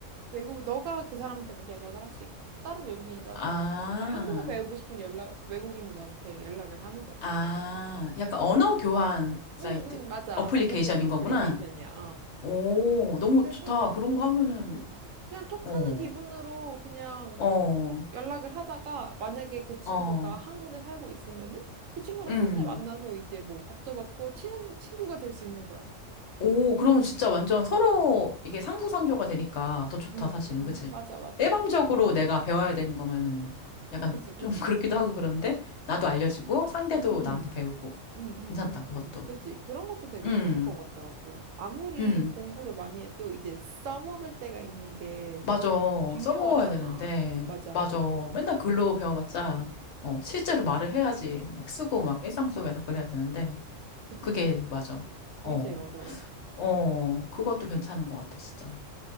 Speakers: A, on the right; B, on the left.
A: 외국 너가 그 사람한테 먼저 연락을 할 수 있고 다른 외국인이 나한테
B: 아,
A: 먼저 이제 한국어 배우고 싶은 연락 외국인이 너한테 연락을 하는 거지.
B: 아, 약간 언어 교환 사이트,
A: 응, 응, 맞아.
B: 어플리케이션인
A: 언어 교환 어플리케이션이야.
B: 거구나. 오, 너무
A: 그래서
B: 좋다.
A: 음,
B: 그런 거 하면은,
A: 음. 그냥 톡하는
B: 어,
A: 기분으로 그냥
B: 어,
A: 뭐 연락을 하다가 만약에 그 친구가
B: 어,
A: 한국에 살고 있으면은 그 친구랑
B: 음.
A: 실제 만나서 이제 뭐 밥도 먹고 친한 친구가 될 수 있는 거야.
B: 오, 그러면 진짜 완전 서로 이게 상부상조가 되니까 더 좋다,
A: 응,
B: 사실은.
A: 응,
B: 그치?
A: 맞아, 맞아.
B: 일방적으로 내가 배워야 되는 거면은 약간
A: 그지, 그지.
B: 좀 <laughs> 그렇기도 하고 그런데 나도 알려주고 상대도
A: 음,
B: 나한테 배우고.
A: 음, 음, 음,
B: 괜찮다, 그것도.
A: 음. 그지. 그런 것도 되게
B: 음,
A: 좋은 것 같더라고. 아무리
B: 음.
A: 공부를 많이 해도 이제 써먹을 때가 있는 게
B: 맞아.
A: 중요하잖아.
B: 써먹어야 되는데.
A: 맞아.
B: 맞아. 맨날 글로 배워봤자, 어, 실제로 말을 해야지. 막 쓰고 막 일상 속에서 그래야 되는데.
A: 그지.
B: 그게 맞아.
A: 그게
B: 어,
A: 제일 어려워.
B: 어, 그것도 괜찮은 것 같아, 진짜.